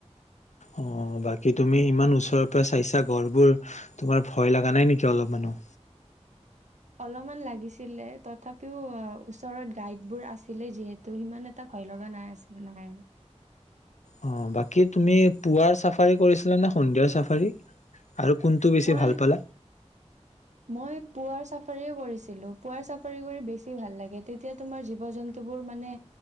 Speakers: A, on the left (about 75°); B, on the right (about 80°).
A: অ বাকী তুমি ইমান ওচৰৰ পৰা চাইছা গঁড়বোৰ তোমাৰ ভয় লগা নাই নেকি অলপমানো?
B: অলপমান লাগিছিলে তথাপিও আ ওচৰত গাইডবোৰ আছিলে যিহে তো সিমান এটা ভয় লগা নাই <unintelligible> নাই।
A: অ, বাকী তুমি পুৱাৰ চাফাৰী কৰিছিলা নে সন্ধিয়াৰ চাফাৰী? আৰু কোনটো বেছি
B: মই
A: ভাল পালা?
B: মই পুৱাৰ চাফাৰীও কৰিছিলো, পুৱাৰ চাফাৰী কৰি বেছি ভাল লাগে তেতিয়া তোমাৰ জীৱ জন তোবোৰ মানে